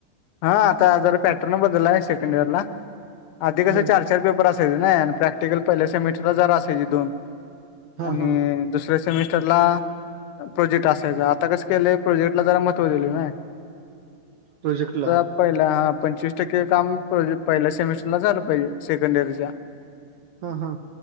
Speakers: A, on the left (about 85°); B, on the right (about 70°).
A: हा. आता जरा पॅटर्न बदलला आहे सेकंड इयर ला. आधी कस
B: बर
A: चार्ज- पेपर असायचे ना? आणि प्रॅक्टिकल पहिल्या सेमिस्टरला जरा असायची दोन.
B: हा
A: आणि
B: हा
A: दुसऱ्या सेमिस्टरला प्रोजेक्ट असायचा. आता कस केलंय प्रोजेक्ट- - ला जरा महत्व दिले <unintelligible>
B: प्रोजेक्टला.
A: पहिला हा. पंचवीस टक्के काम पहिल्या सेमिस्टरला झालं पाहिजे. सेकंड इयरच्या.
B: हा हा.